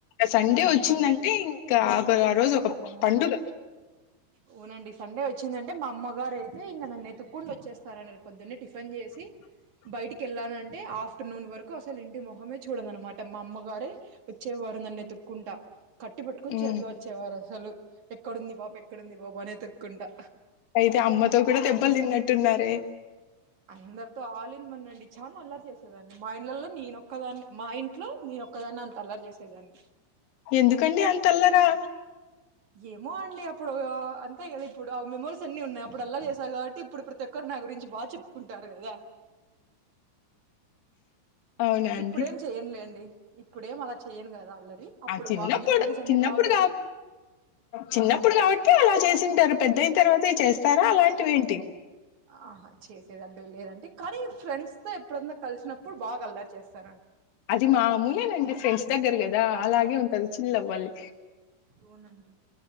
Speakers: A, on the left; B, on the right.
A: సండే
B: అవునండి
A: వచ్చిందంటే ఇంకా ఆ రోజు ఒక
B: ఆ
A: పండుగ
B: అవునండి సండే మా అమ్మగారైతే ఇంగ నన్నెతుక్కొంటూ వచ్చేస్తారనేద్ పొద్దున్నే టిఫన్ చేసి బైటికెళ్ల్ నంటే ఆఫ్టర్నూన్ వరకు అసలు ఇంటి మొహమే చూడననమాట మా అమ్మగారే వచ్చే వారు నన్నెతుక్కు ఉంట కట్టి పట్టుకోని
A: హ్మ్.
B: చేతిలో వచ్చేవారసలు ఎక్కడుంది ఈ పాప ఎక్కడుంది ఈ బాప అనెతుక్కుంటా
A: అయితే అమ్మతో కూడా దెబ్బలు తిన్నట్టున్నారే
B: అందరితో ఆల్ చాలా అల్లరి చేసేదాన్ని మా ఇంలలో నేనొక్కదాన్ని మా ఇంట్లో నేనొక్కదాన్ని అంత అల్లరు చేసే దన్
A: ఎందుకండి అంతల్లరా
B: ఏమో అండి అప్పుడు అంతే గదా ఇప్పుడు ఆ మెమోరీస్ అన్ని ఉన్నాయి అప్పుడు అల్లా చేసా కాబట్టి ఇప్పుడు ప్రతి ఒక్కరు నా గురించి బా చెప్పుకుంటారు గదా
A: అవునా అండి.
B: ఇప్పుడేం చెయనులేండి ఇప్పుడేం అలా చెయను గదా అళ్ల అప్పుడు
A: ఆ! చిన్నప్పుడు
B: బాగా మెమోరీస్ అన్ని
A: చిన్నప్పుడు
B: బాగు
A: చిన్నప్పుడు కాబట్టి అలా చేసింటారు పెద్దయిన తర్వాత స్తారా అలాంటి వేంటి
B: ఆహా చేసేదండి లేదండి కానీ ఫ్రెండ్స్ తో ఎప్పుడన్న కలిసినప్పుడు బా గల్లరి చేస్తా
A: అది మామూలేనండి ఫ్రెండ్స్ దగ్గర కదా అలాగే ఉంటది చిల్ అవ్వాలి
B: పోనండి